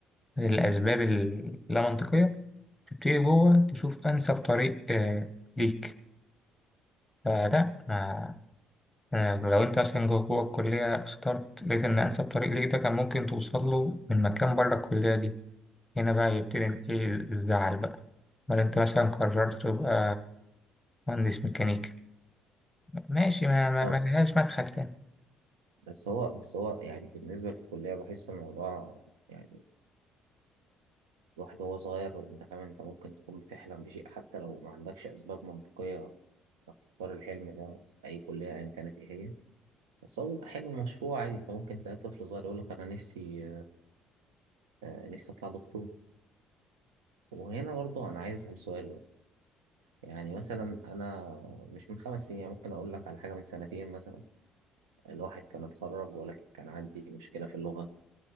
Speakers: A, in the centre; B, on the right.
A: للاسباب اللا منطقيه تبتدي جوه تشوف انسب طريق آه ليك فلا ما أنا لو انت مثلا جوه جوه الكليه اخترت لقيت ان انسب طريق ليك ده كان ممكن توصل له من مكان بره الكليه دي هنا بقى يبتدي ايه الزعل بقى امال انت مثلا قررت تبقى مهندس ميكانيكا ماشي ما ما
B: طب
A: ما لهاش مدخل تاني
B: بس هو بس هو يعني بالنسبة للكلية بحس الموضوع يعني الواحد وهو صغير انت فاهم انت ممكن تكون بتحلم بشيء حتى لو ما عندكش اسباب منطقية انك تختار الحلم ده اي كلية ايا كانت ايه هي بس هو بيبقى حلو مشروع عادي انت ممكن تلاقي طفل صغير يقول لك انا نفسي آه، نفسي اطلع دكتور وهنا برضه انا عايز اسال سؤال بقى. يعني مثلا انا مش من خمس سنين يعني ممكن اقول لك على حاجه من سنتين مثلا الواحد كان اتخرج ولكن كان عندي مشكله في اللغه